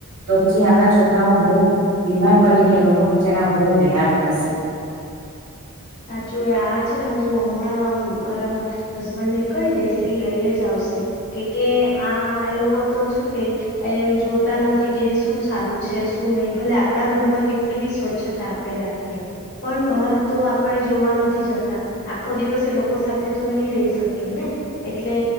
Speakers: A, on the right; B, on the left.
A: તો પછી આપણા છોકરાઓ બહુ બીમાર પડીને એ લોકો બિચારા બહુ હેરાન થશે.
B: સાચું આ છે ને હું હમણાં મારા હસબન્ડ ને કહી દઈશ એ લઈ જ આવશે, કે કે આ એ લોકો તો શું કે. એ જોતા નથી કે શું સારું છે શું નહીિ ભલે આપણા ઘરમાં કેટલી બી સ્વચ્છતા આપ રાખીએ પણ બહાર આપણે જોવા નથી જતા આખો દિવસ એ લોકો સાથે તો નહી રહી શકીએ ને. એટલે